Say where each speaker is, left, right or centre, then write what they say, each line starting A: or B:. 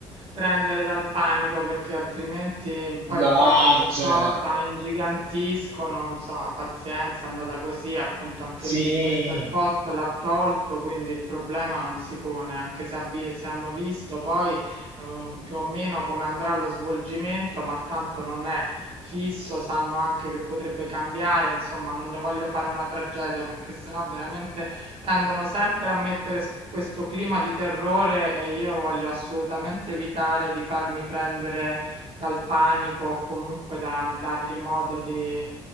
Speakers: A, on the right; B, on the right.
A: prendere dal panico perché altrimenti poi
B: No,
A: qua ogni
B: certo.
A: cosa ingigantiscono, insomma, pazienza, è andata così, appunto anche
B: Sì,
A: lì, questo è il posto, l'ha tolto, quindi il problema non si pone, anche se, avvi- se hanno visto poi uhm, più o meno come andrà lo svolgimento, ma tanto non è fisso, sanno anche che potrebbe cambiare, insomma non ne voglio fare una tragedia perché sennò veramente tendono sempre a mettere s questo clima di terrore e io voglio assolutamente evitare di farmi prendere dal panico o comunque da dargli modo di